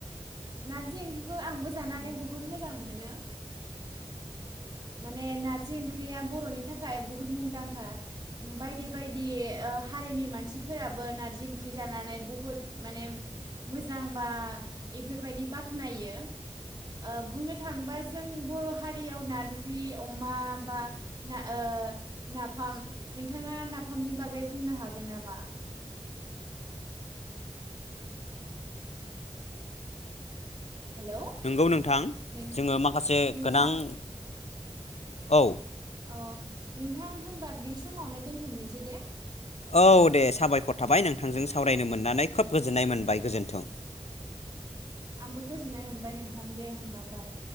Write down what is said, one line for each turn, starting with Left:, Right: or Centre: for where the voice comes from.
Right: नारजि ओंख्रिखौ आंबो जानानै बहुद मोजां मोनो माने नारजि ओंख्रिया बर'नि थाखाय बुहुद मुंदांखा बायदि बायदि ओ हारिनि मानसिफोराबो नार्जि ओंख्रि जानानै बुहुद माने मोज जां बा इफोरबायदि बाख्नायो ओ बुंनो थाङोबा जों बर' हारियाव नारजि अमा बा ना ओ नाफाम नोंथाङा नाफामनि बागै बुंनो हागोन नामा? हेलौ
Left: नोंगौ नोंथां
Right: नोंथां
Left: जोङो माखासे
Right: नोंथां
Left: गोनां औ
Right: अ नोंथां होनबा बे समावनो दोन्थनिसै दे।
Left: औ दे। साबायखर थाबाय नोंथांजों सावरायनो मोननानै खोब गोजोननाय मोनबाय गोजोन्थों।
Right: आंबो गोजोननाय मोनबाय नोंथां दे होमबा बाय।